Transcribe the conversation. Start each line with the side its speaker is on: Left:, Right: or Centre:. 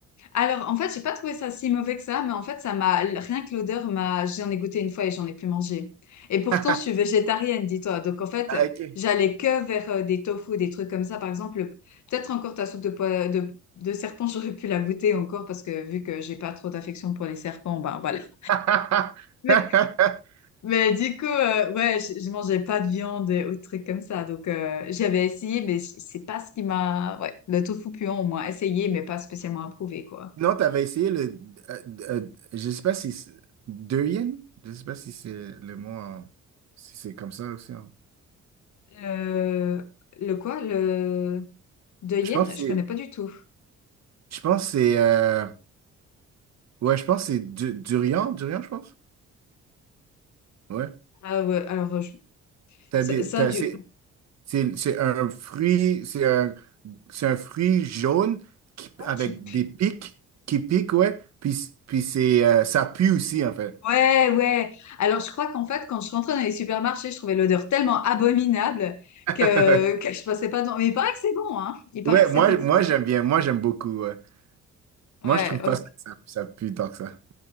Left: Alors, en fait, j'ai pas trouvé ça si mauvais que ça, mais en fait, ça m'a rien que l'odeur m'a. J'en ai goûté une fois et j'en ai plus mangé. Et pourtant,
Right: <laughs>
Left: je suis végétarienne, dis-toi. Donc, en fait,
Right: Ah, ok.
Left: j'allais que vers euh, des tofu, des trucs comme ça. Par exemple, peut-être encore ta soupe de, poi- de, de serpent, <laughs> j'aurais pu la goûter encore parce que vu que j'ai pas trop d'affection pour les serpents, ben voilà. <laughs>
Right: <laughs>
Left: Mais, mais du coup, euh, ouais, je, je mangeais pas de viande et autres trucs comme ça. Donc, euh, j'avais essayé, mais c'est pas ce qui m'a. Ouais, le tofu puant, au moins essayé, mais pas spécialement approuvé, quoi.
Right: Sinon, tu avais essayé le. euh, euh, je sais pas si. c'est- Durian? Je sais pas si c'est le mot. en- si c'est comme ça aussi. en-
Left: Le, le quoi? Le de Yen?
Right: Je pense que
Left: Je
Right: c'est.
Left: connais pas du tout.
Right: Je pense que c'est. euh, ouais, je pense que c'est du, durian. Durian, je pense. Ouais.
Left: Ah ouais, alors je-
Right: T'as
Left: ça,
Right: des,
Left: ça,
Right: t'as-
Left: du.
Right: c'est c'est- c'est un fruit. C'est un, c'est un fruit jaune qui-
Left: Oh,
Right: avec
Left: qui pue.
Right: des pics qui piquent, ouais. Puis, puis c'est, euh, ça pue aussi, en fait.
Left: Ouais, ouais. Alors je crois qu'en fait, quand je rentrais dans les supermarchés, je trouvais l'odeur tellement abominable
Right: <laughs>
Left: que, que je passais pas dans. Mais il paraît que c'est bon, hein. Il paraît
Right: Ouais,
Left: que c'est
Right: moi,
Left: bon.
Right: moi j'aime bien, moi j'aime beaucoup, ouais.
Left: Ouais,
Right: Moi je trouve
Left: ok.
Right: pas ça que ça, ça pue tant que ça.